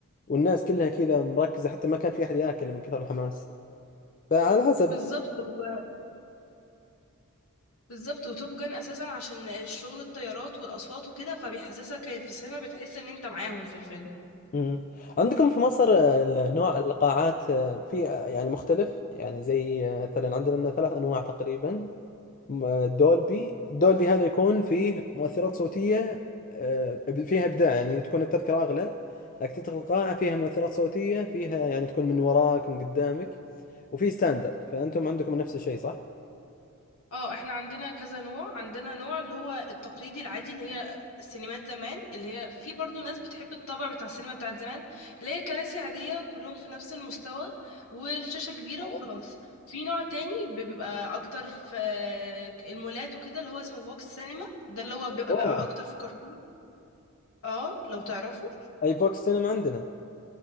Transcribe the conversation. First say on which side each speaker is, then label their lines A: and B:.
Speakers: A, on the left (about 40°); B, on the left (about 70°).
A: والناس كلها كذا مركزة حتى ما كان في أحد ياكل من كثر الحماس فعلى حسب
B: بالظبط هو- بالظبط وتوب جان اساسا عشان شغل الطيارات والاصوات وكده فبيحسسك في السينما بتحس ان انت معاهم في الفيلم
A: مم. عندكم في مصر آه، ال- نوع القاعات آه، في آه، يعني مختلف يعني زي آه، مثلا عندنا ثلاث أنواع تقريبا م- آه، دولبي دولبي هذا يكون فيه مؤثرات صوتية آه، فيها إبداع يعني تكون التذكرة أغلى لكن تدخل القاعة فيها مؤثرات صوتية فيها يعني تكون من وراك من قدامك وفي ستاندرد فأنتم عندكم نفس الشيء صح؟
B: اه احنا عندنا كذا نوع عندنا نوع اللي هو التقليدي العادي اللي هي سينمات زمان اللي هي في برضو ناس بتحب الطابع بتاع السينما بتاعت زمان اللي هي كراسي عادية كلهم في نفس المستوى والشاشة كبيرة
A: آه.
B: وخلاص في نوع تاني بيبقى اكتر في المولات وكده اللي هو اسمه فوكس سينما ده اللي هو بيبقى,
A: اوه
B: بيبقى اكتر في كارفور اه لو تعرفوا
A: اي فوكس سينما عندنا